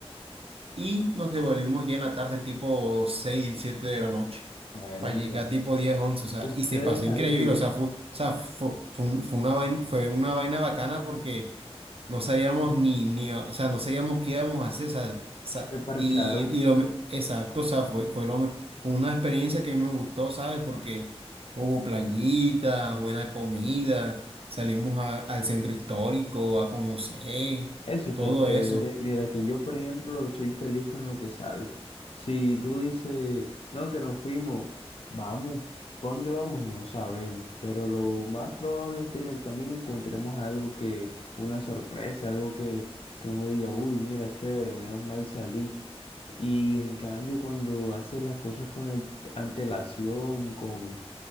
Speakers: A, on the right (about 65°); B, on the left (about 60°).
A: y nos devolvimos ya en la tarde tipo 6 7 de la noche,
B: Bueno,
A: para
B: mira,
A: llegar tipo 10 11 o sea,
B: ustedes
A: y se pasó increíble,
B: ahí
A: o sea, fue, o sea, fue, fue un- fue una vaina, fue una vaina bacana porque no sabíamos ni, ni, o sea, no sabíamos qué íbamos a hacer, o sea, o sea,
B: se parcharon.
A: y, y lo, me- exacto, o sea, fue, fue lo, me- una experiencia que a mí me gustó, ¿sabes? Porque hubo playita, buena comida, salimos a- al centro histórico a conocer,
B: Eso está
A: todo
B: chévere.
A: eso.
B: Mira que yo, por ejemplo, soy feliz con lo que salga. Si tú dices, no, que nos fuimos, vamos. ¿Para dónde vamos? No sabemos. Pero lo más probable es que en el camino encontremos algo que, una sorpresa, algo que, que uno diga, uy, mira, chévere, menos mal salí. Y en cambio, cuando haces las cosas con el- antelación, con,